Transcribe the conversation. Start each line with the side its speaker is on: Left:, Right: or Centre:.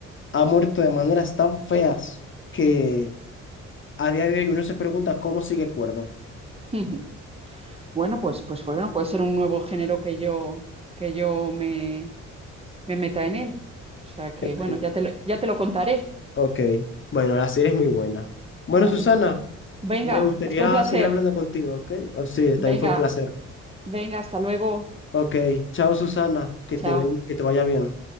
Left: ha muerto de maneras tan feas que a día de hoy uno se pregunta cómo sigue cuerdo.
Right: <laughs> ujú. Bueno, pues, pues bueno, puede ser un nuevo género que yo, que yo me, me meta en él. O sea que
Left: En
Right: bueno,
Left: fin,
Right: ya te lo, ya te lo contaré.
Left: Ok, bueno, la serie es muy buena. Bueno,
Right: Vale,
Left: Susana,
Right: vale. Venga,
Left: me gustaría
Right: fue un placer.
Left: seguir hablando contigo, ¿ok? Oh, sí,
Right: Venga,
Left: también fue un placer.
Right: venga, hasta luego.
Left: Ok, chao, Susana, que
Right: Chao.
Left: te ven, que te vaya bien.